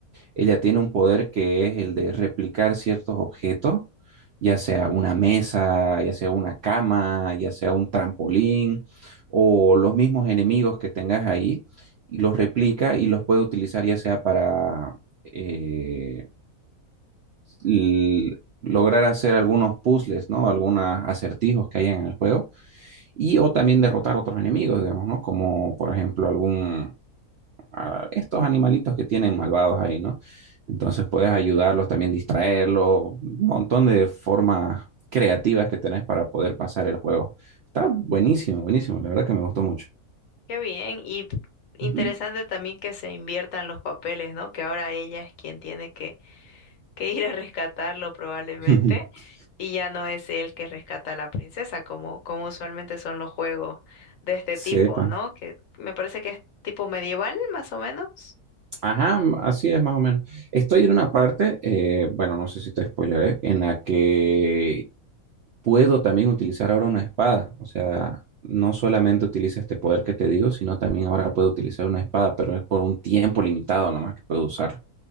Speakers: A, on the right; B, on the left.
A: ella tiene un poder que es el de replicar ciertos objetos, ya sea una mesa, ya sea una cama, ya sea un trampolín o los mismos enemigos que tengas ahí, y los replica y los puede utilizar ya sea para eh, l- lograr hacer algunos puzzles, ¿no? Algunos acertijos que hay en el juego y o también derrotar otros enemigos, digamos, ¿no? Como por ejemplo algún a estos animalitos que tienen malvados ahí, ¿no? Entonces puedes ayudarlos, también distraerlos, un montón de formas creativas que tenés para poder pasar el juego. Está buenísimo, buenísimo, la verdad que me gustó mucho.
B: Qué bien. Y interesante
A: Ujú.
B: también que se inviertan los papeles, ¿no? Que ahora ella es quien tiene que, que ir a rescatarlo probablemente.
A: <laughs>
B: Y ya no es él que rescata a la princesa, como, como usualmente son los juegos de este
A: Sepa.
B: tipo, ¿no? Que me parece que es tipo medieval, más o menos.
A: Ajá, m- así es más o menos. Estoy en una parte, eh, bueno, no sé si te spoileré, en la que puedo también utilizar ahora una espada. O sea, no solamente utiliza este poder que te digo, sino también ahora puedo utilizar una espada, pero es por un tiempo limitado nomás que puedo usarlo.